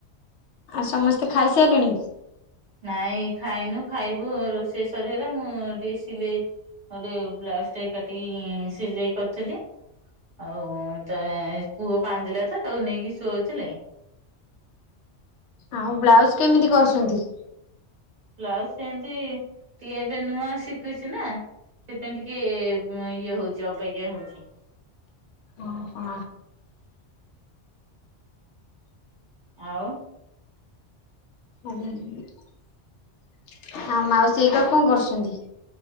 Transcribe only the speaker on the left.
ଆଉ ସମସ୍ତେ ଖାଇସାରିଲେଣି?
ଆଉ ବ୍ଲାଉଜୁ କେମିତି କରୁଛନ୍ତି।
ଓ ହ।
ଆ ମାଉସୀ ହେରିକା କଣ କରୁଛନ୍ତି?